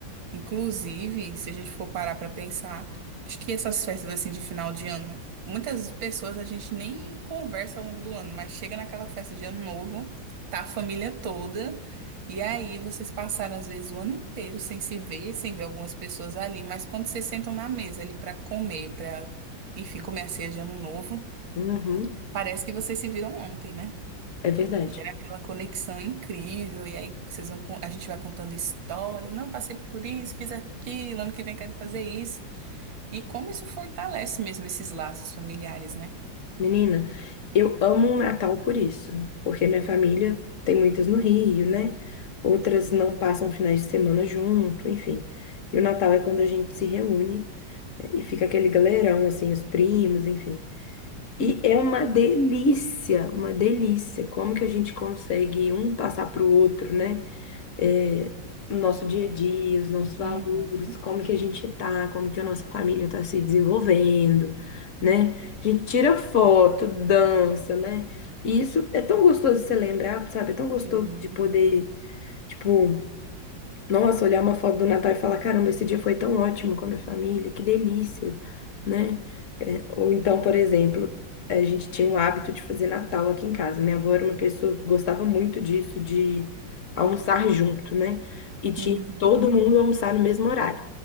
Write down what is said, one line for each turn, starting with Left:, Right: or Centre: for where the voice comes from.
Right: Inclusive, se a gente for parar para pensar, acho que essas festas assim de final de ano, muitas pessoas a gente nem conversa ao longo do ano, mas chega naquela festa de ano novo, tá a família toda, e aí vocês passaram às vezes o ano inteiro sem se ver, sem ver algumas pessoas ali, mas quando vocês sentam na mesa ali para comer, para enfim, comer a ceia de ano novo,
Left: Uhum,
Right: parece que vocês se viram ontem, né?
Left: é verdade.
Right: Gera aquela conexão incrível, e aí vocês vão, con- a gente vai contando histórias. Não, passei por isso, fiz aquilo, ano que vem quero fazer isso. E como isso fortalece mesmo esses laços familiares, né?
Left: Menina, eu amo o Natal por isso, porque minha família tem muitas no Rio, né? Outras não passam finais de semana junto, enfim. E o Natal é quando a gente se reúne, né, e fica aquele galerão, assim, os primos, enfim. E é uma delícia, uma delícia. Como que a gente consegue um passar para o outro, né? É, o nosso dia a dia, os nossos valores,
Right: Uhum.
Left: como que a gente tá, como que a nossa família está se desenvolvendo, né? A gente tira foto, dança, né? E isso é tão gostoso de você lembrar, sabe? É tão gostoso
Right: Sim.
Left: de poder, tipo, nossa, olhar uma foto do Natal e falar, caramba, esse dia foi tão ótimo com a minha família, que delícia, né? É, ou então, por exemplo, a gente tinha o hábito de fazer Natal aqui em casa. Minha avó era uma pessoa que gostava muito disso, de almoçar junto, né? E tinha
Right: Uhum.
Left: todo mundo almoçar no mesmo horário.